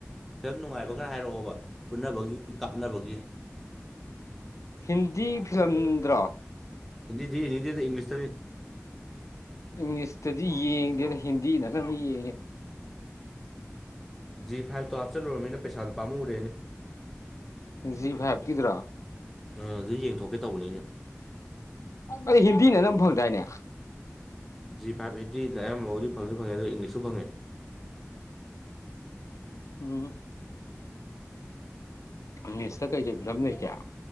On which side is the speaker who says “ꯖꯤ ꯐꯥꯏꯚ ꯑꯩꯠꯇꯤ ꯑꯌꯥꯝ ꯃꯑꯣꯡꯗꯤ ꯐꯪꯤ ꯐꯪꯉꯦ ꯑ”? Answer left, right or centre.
Centre